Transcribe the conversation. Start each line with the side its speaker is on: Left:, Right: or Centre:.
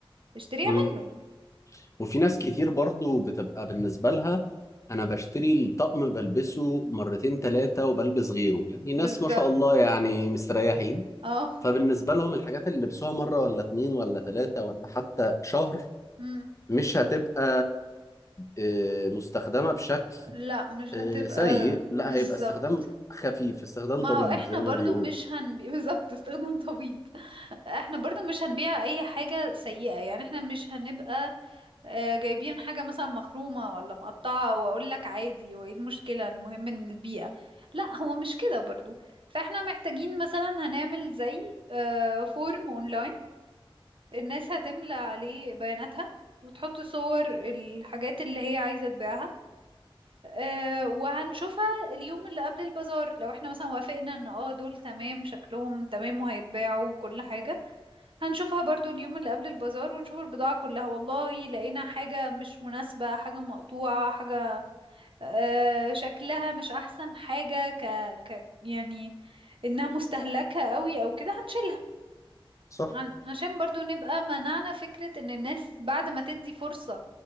Right: اشتريها
Left: مم.
Right: منه
Left: وفي ناس كتير برضو بتبقى بالنسبة لها انا بشتري الطقم بلبسه مرتين ثلاثة وبلبس غيره يعني ناس
Right: بالظبط
Left: ما شاء الله يعني مستريحين
Right: اه <laughs>
Left: فبالنسبة لهم الحاجات اللي لبسوها مرة ولا اتنين ولا ثلاثة ولا حتى شهر
Right: مم.
Left: مش هتبقى آه، مستخدمة بشكل
Right: لا مش
Left: آه،
Right: هتبقى
Left: سيء لا
Right: بالظبط
Left: هيبقى استخدام خفيف استخدام
Right: ما
Left: طبيب
Right: هو احنا
Left: زي
Right: برضو
Left: ما بيقول
Right: مش هنبيع <laughs> بالظبط استخدام طبيب احنا برضو مش هنبيع اي حاجة سيئة يعني احنا مش هنبقى آه، جايبين حاجة مثلا مخرومة ولا مقطعة وأقول لك عادي وإيه المشكلة المهم إن البيئة لا هو مش كده برضو فإحنا محتاجين مثلا هنعمل زي آه، فورم أونلاين الناس هتملى عليه بياناتها وتحط صور الحاجات اللي هي عايزة تبيعها أه وهنشوفها اليوم اللي قبل البازار لو احنا مثلا وافقنا ان اه دول تمام شكلهم تمام وهيتباعوا وكل حاجة هنشوفها برضو اليوم اللي قبل البازار ونشوف البضاعة كلها والله لقينا حاجة مش مناسبة حاجة مقطوعة حاجة آه، شكلها مش أحسن حاجة ك... ك يعني إنها مستهلكة قوي أو كده هنشيلها
Left: صح
Right: عن- عشان برضو نبقى منعنا فكرة ان الناس بعد ما تدي فرصة